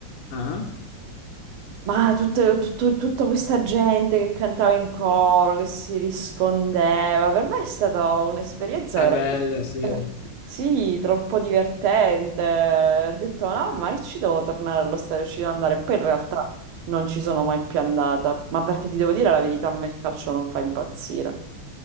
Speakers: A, on the left; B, on the right.
A: ah
B: ma tutta, tutto- tutta questa gente che cantava in coro, che si rispondeva, per me è stata un'esperienza
A: è
B: veramente,
A: bella sì
B: sì, troppo divertente. Ho detto, no, ma io ci devo tornare allo stadio, ci devo andare. Poi in realtà non ci sono mai più andata, ma perché ti devo dire la verità, a me il calcio non fa impazzire.